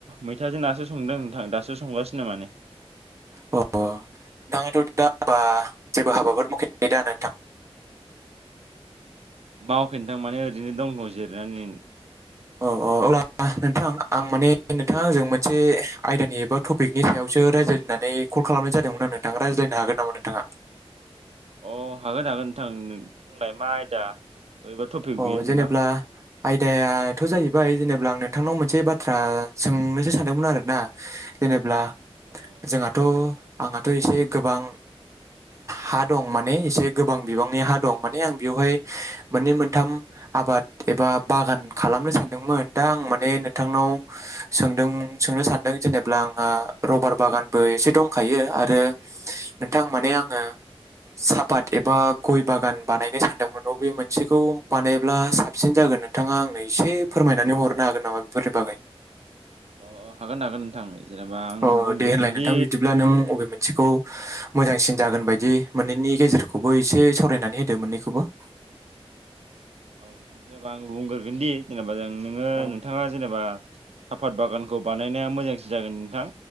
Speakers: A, on the right (about 80°); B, on the right (about 30°).
A: मैथाजों नासो संदों नोंथां दासो संगासिनो माने।
B: अ <unintelligible> जेबो हाबाफोर मावाखै दा नोंथां।
A: मावाखै नोंथां माने ओरैनो दंबाव जिरनानै।
B: अ अ अ ओ नोंथां आं माने नोंथाङा आंजों मोनसे आयदानि एबा टपिकनि सायावसो रायज्लायनो होनानै कल कल खालामनाय जादोंमोन आं नोंथा रायज्लायनो हागोन नामा नोंथाङा।
A: अ हागोन-हागोन नोंथां बुंलाय मा आयदा बहेबा टपिक
B: अ
A: बियो
B: जेनेब्ला
A: नोंथां।
B: आयदायाथ' जाहैबाय जेनेबा आं नोंथांनाव मोनसे बाथ्रा सोंनोसो सानदोंमोन आरोना। जेनेब्ला
A: नोंथां
B: जोंहाथ' आंहाथ' एसे गोबां हा दं माने एसे गोबां बिबांनि हा दं माने आं बेवहाय मोननै मोन थाम आबाद एबा बागान खालामनो सानदोंमोन दा आं माने नोंथांनाव सों सोंनो सानदों जेनेब्ला आंहा रबार बागानबो एसे दंखायो आरो नोंथां माने आङो सापात एबा गय बागान बानायनो सानदोंमोन बबे मोनसेखौ बानायब्ला साबसिन जागोन नोंथाङा आंनो एसे फोरमायनानै हरनो हागोन नामा बेफोरनि बागै। <unintelligible>
A: अ हागोन हागोन नोंथां। जेनेबा आं
B: अ
A: बुंग्रोगोनदि
B: दे होनलाय नोंथां बिदिब्ला नों बबे मोनसेखौ मोजांसिन जागोन बायदि मोननैनि गेजेरखौबो एसे सावरायनानै होदो मोननैखौबो। <unintelligible>
A: औ जेनेबा आं बुंग्रोगोन दि जेनेबा जों नोङो
B: औ
A: नोंथाङा जेनेबा साफात बागानखौ बानायनाया मोजांसिन जागोन नोंथां